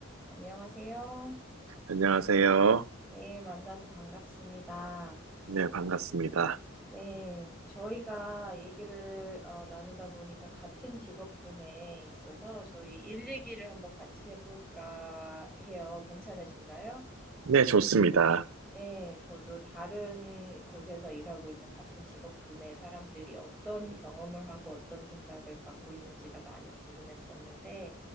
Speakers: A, in the centre; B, on the right.
A: 안녕하세요.
B: 안녕하세요.
A: 네, 만나서 반갑습니다.
B: 네, 반갑습니다.
A: 네, 저희가 얘기를 어, 나누다 보니까 같은 직업군에 있어서 저희 일 얘기를 한번 같이 해볼까 해요. 괜찮으신가요?
B: 네, 좋습니다.
A: 네, 저도 다른 곳에서 일하고 있는 같은 직업군의 사람들이 어떤 경험을 하고 어떤 생각을 갖고 있는지가 많이 궁금했었는데